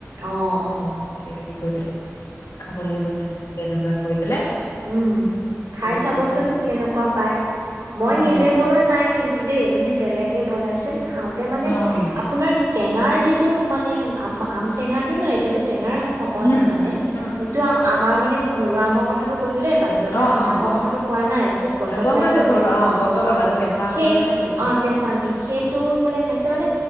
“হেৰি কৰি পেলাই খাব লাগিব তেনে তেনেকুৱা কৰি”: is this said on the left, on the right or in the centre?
Left